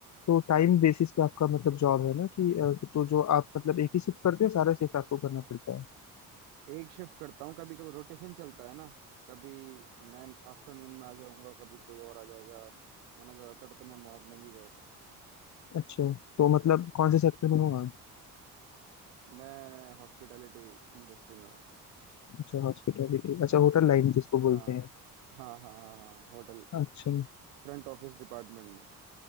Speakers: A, on the left; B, on the right.
A: तो टाइम बेसिस पे आपका मतलब जॉब है ना कि अ, तो जो आप मतलब एक ही शिफ्ट करते हो सारा शिफ्ट आपको करना पड़ता है
B: एक शिफ्ट करता हूँ कभी कभी रोटेशन चलता है ना कभी मैं आफ्टरनून में आ जाऊंगा कभी कोई और आ जाएगा वरना ज़्यादातर तो मैं मॉर्निंग ही करता हूँ
A: अच्छा तो मतलब कौन से सेक्टर में हो आप
B: मैं हॉस्पिटैलिटी इंडस्ट्री में हूँ
A: अच्छा हॉस्पिटैलिटी अच्छा होटल लाइन जिसको बोलते
B: हाँ
A: हैं
B: हाँ हाँ हाँ हाँ होटल
A: अच्छा
B: फ्रंट ऑफिस डिपार्टमेंट में